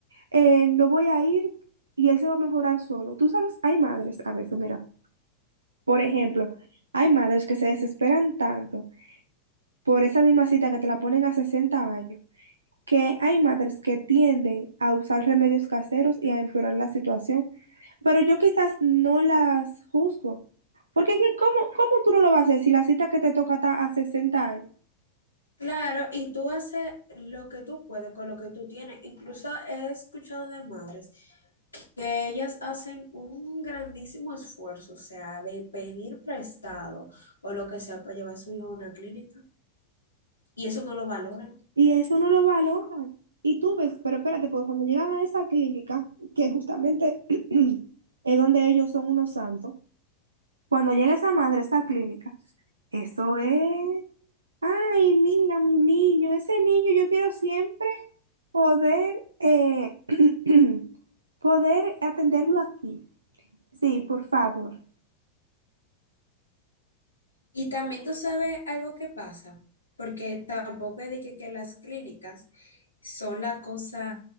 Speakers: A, on the right; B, on the left.
A: eh, no voy a ir y él se va a mejorar solo. Tú sabes, hay madres a veces, mira, por ejemplo, hay madres que se desesperan tanto por esa misma cita que te la ponen a 60 años, que hay madres que tienden a usar remedios caseros y a empeorar la situación. Pero yo quizás no las juzgo, porque es que ¿cómo, cómo tú no lo vas a hacer si la cita que te toca está a sesenta años?
B: Claro, y tú haces lo que tú puedes con lo que tú tienes. Incluso he escuchado de madres que ellas hacen un grandísimo esfuerzo, o sea, de pedir prestado o lo que sea para llevar a su hijo a una clínica, y eso no lo valoran.
A: Y eso no lo valoran. Y tú ves, pero espérate, porque cuando llegan a esa clínica, que justamente <clears throat> es donde ellos son unos santos, cuando llega esa madre a esa clínica, eso es, ay, mira, mi niño, ese niño, yo quiero siempre poder, eh, <clears throat> poder atenderlo aquí. Sí, por favor.
B: Y también tú sabes algo que pasa, porque tampoco es de que, que las clínicas son la cosa,